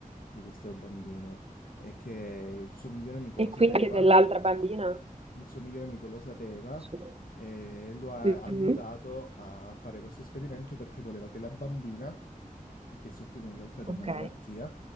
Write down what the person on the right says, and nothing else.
E
quindi
Anche dell'altra bambina?
Su-
Mhm.
Ok,